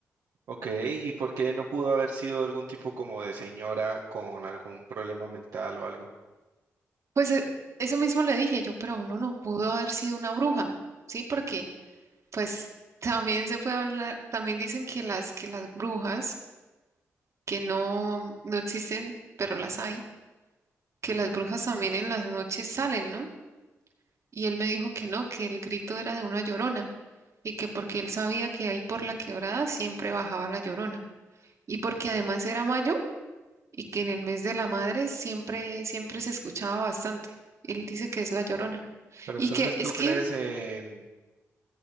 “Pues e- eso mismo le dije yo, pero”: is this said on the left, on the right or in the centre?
Right